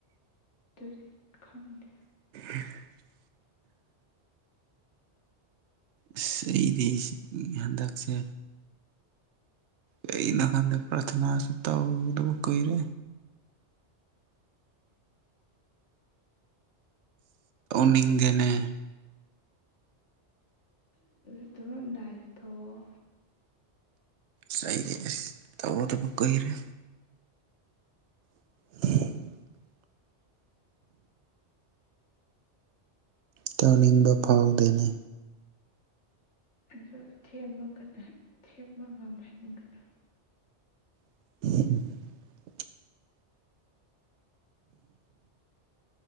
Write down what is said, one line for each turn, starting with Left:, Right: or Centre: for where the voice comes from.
Left: ꯑꯗꯨ ꯈꯪꯗ
Right: <inaudible> ꯑꯁ ꯑꯩꯗꯤ ꯍꯟꯗꯛꯁꯦ ꯀ ꯅ ꯈꯗ ꯄꯔꯊꯅꯥꯁꯨ ꯇꯗꯕ ꯀꯣꯏꯔꯦ ꯅꯤꯡꯗꯦꯅꯦ
Left: ꯑꯗꯨꯃꯝꯗꯥꯏꯗ ꯇꯧꯑꯣꯣ
Right: ꯁꯗꯕꯨꯀꯔꯦ <inaudible> <inaudible> <inaudible> ꯇꯧꯅꯤꯡꯕ ꯐꯥꯎꯗꯦꯅꯤ
Left: ꯑꯗꯨꯗ ꯑꯊꯦꯝ ꯑꯃ ꯑꯊꯦꯝ ꯑꯃ ꯉꯝꯍꯟꯒꯅꯨ <unintelligible>
Right: <unintelligible> <unintelligible>